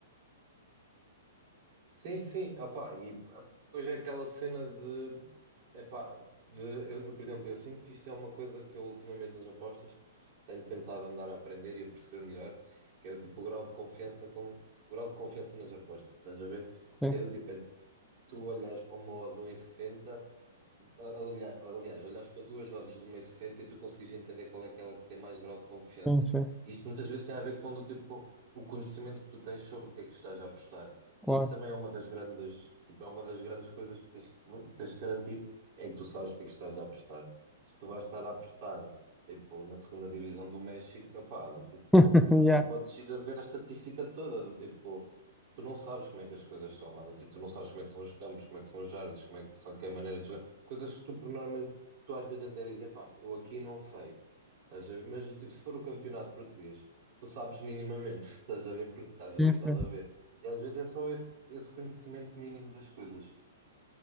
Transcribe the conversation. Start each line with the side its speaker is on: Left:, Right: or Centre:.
Right: Sim, sim, opá, e ah, depois é aquela cena de, epá, de eu, eu, por exemplo, eu sinto que isto é uma coisa que eu ultimamente nas apostas tenho tentado andar a aprender e a perceber melhor, que é do tipo o grau de confiança com o grau de confiança nas apostas, estás a ver?
Centre: Sim,
Right: Que é do tipo, é tu olhas para uma odd de um vírgula sessenta Aliás, aliás, olhas para duas rodas de um 1,60 e sessenta e tu consegues entender qual é aquela que tem mais grau de confiança.
Centre: sim, sim,
Right: Isto muitas vezes tem a ver com do tipo o conhecimento que tu tens sobre o que é que estás a apostar.
Centre: claro.
Right: Isto também é uma das grandes, tipo, é uma das grandes coisas que tens que tens que garantir é que tu sabes o que é que estás a apostar. Se tu vais estar a apostar, tipo, na segunda divisão do México, opá, do tipo,
Centre: <laughs> Yeah,
Right: até podes ir a ver a estatística toda, do tipo, Tu não sabes como é que as coisas são lá, do tipo, tu não sabes como é que são os campos, como é que são os árbitros, como é que são, que é a maneira de jogar, coisas que tu por norma, tu às vezes até dizes, epá, eu aqui não sei, estás a ver? Mas do tipo, se for o campeonato português, tu sabes minimamente, <laughs> estás a ver, porque estás habituado
Centre: é isso.
Right: a ver. E às vezes é só esse, esse conhecimento mínimo das coisas.